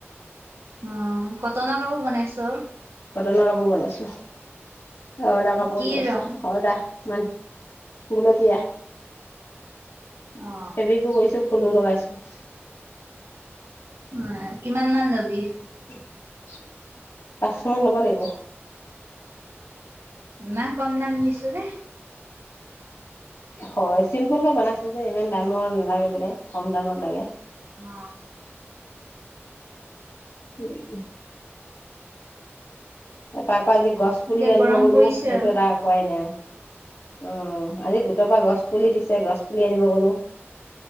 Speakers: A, on the right (about 85°); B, on the left (about 60°).
A: অ কটনৰ কাপোৰ বনাইছ?
B: কতনৰ কাপোৰ বনাইছো। অৰ্ডাৰ কাপোৰ
A: কি
B: এযোৰ আছে
A: ৰং
B: অৰ্ডাৰ। মান গোলপীয়া।
A: অ
B: হেবিকো কৈছো। ফুলো লগাইছো।
A: হয়। কিমান মান লবি?
B: <unintelligible> পাঁচশ মান ল'ব লাগিব।
A: ইমান কম দাম দিছ যে।
B: হয় চিম্পুল কে বনাইছো যে ইমান দামৰ নালাগে বোলে কম দামত লাগে।
A: অ।
B: উ <unintelligible> তাৰ পৰা। অকৌ আজি গছ পুলি
A: এতিয়া
B: আনিব
A: গৰম
B: গলো,
A: পৰিছে
B: সেইটো
A: অ
B: এটা কোৱাই নাই আৰু। অ'। আজি গোটৰ পৰা গছ পুলি দিছে, গছ পুলি আনিব গলো।